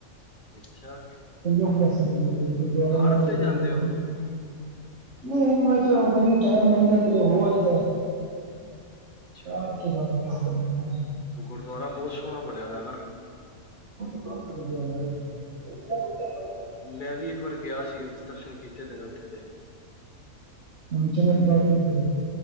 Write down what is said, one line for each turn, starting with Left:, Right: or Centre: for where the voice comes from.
Left: ਅੱਛਾ।
Right: <unintelligible>
Left: ਹਰ ਹਫ਼ਤੇ ਜਾਂਦੇ ਹੋ
Right: ਨੀ ਮੈਂ ਚ ਕਦੀ ਟਾਈਮ ਮਿਲ ਜਾ ਤੇ ਵੇ ਵੂ ਆਈ- ਲੇ
Left: ਅੱਛਾ
Right: ਚਾਅ ਮਠੇ ਪਾ ਦੇ ਏਨਾ ਚ
Left: ਗੁਰਦੁਆਰਾ ਬੋਤ ਸੋਣਾ ਬਣਿਆ ਦਾ ਨਾ
Right: ਆ
Left: ਮੈਂ ਵੀ ਏਕ ਵਾਰ ਗਿਆ ਸੀ ਦਰਸ਼ਨ ਕੀਤੇ ਦਿ ਨੇ ਉੱਥੇ ਦੇ।
Right: ਹੂੰ ਚਮਤਕਾਰੀ ਤੇ